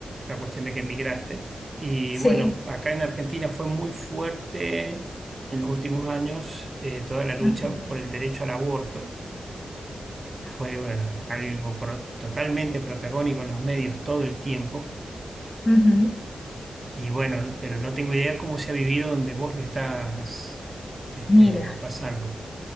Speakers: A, on the right (about 40°); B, on the left (about 30°).
A: la cuestión de que emigraste. Y
B: Sí,
A: bueno, acá en Argentina fue muy fuerte en los últimos años eh, toda la lucha
B: ujú.
A: por el derecho al aborto. Fue eh, algo pro- totalmente protagónico en los medios todo el tiempo
B: ujú.
A: Y bueno, pero no tengo idea cómo se ha vivido donde vos lo estás este,
B: Mira,
A: pasando.